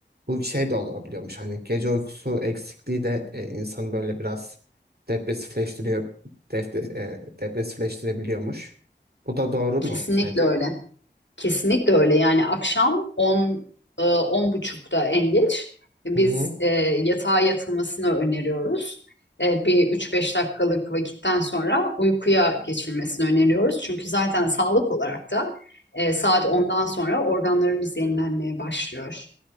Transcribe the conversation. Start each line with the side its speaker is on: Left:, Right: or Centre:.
Right: bu şey de olabiliyormuş. Hani gece uykusu eksikliği de e, insanı böyle biraz depresifleştiriyor. Defte, e, depresifleştirebiliyormuş. Bu da doğru mu
Left: kesinlikle
Right: sence?
Left: öyle. Kesinlikle öyle. Yani akşam 10 e, 10 buçukta en geç biz
Right: Hı hı,
Left: e, yatağa yatılmasını öneriyoruz. E, bir üç beş dakikalık vakitten sonra uykuya geçilmesini öneriyoruz. Çünkü zaten sağlık olarak da e, saat ondan sonra organlarımız yenilenmeye başlıyor.